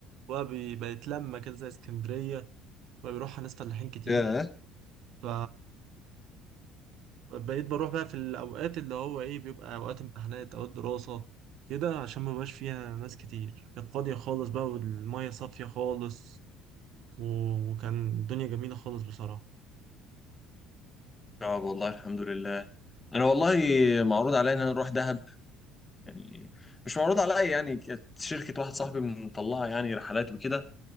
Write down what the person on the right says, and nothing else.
وبقى بي- بقت لما كده زي اسكندريه بقى بيروحها ناس فلاحين كتير
ف بقيت بروح بقى في الاوقات اللي هو ايه بيبقى اوقات امتحانات اوقات دراسه كده عشان ما بقاش فيها ناس كتير كانت فاضيه خالص بقى والميه صافيه خالص و- وكان الدنيا جميلة خالص بصراحة